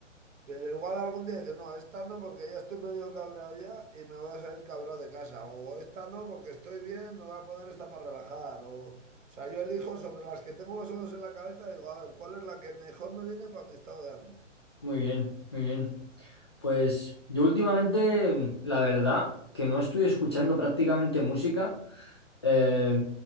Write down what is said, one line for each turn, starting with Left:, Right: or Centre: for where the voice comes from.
Right: pero igual algún día dices, no, esta no porque ya estoy medio cabreado ya y me voy a salir cabreado de casa, o esta no porque estoy bien, me voy a poner esta para relajar, o, o sea, yo elijo sobre las que tengo más o menos en la cabeza, digo, a ver, ¿cuál es la que mejor me viene para mi estado de ánimo?
Left: muy bien, muy bien. Pues yo últimamente, la verdad, que no estoy escuchando prácticamente música eh,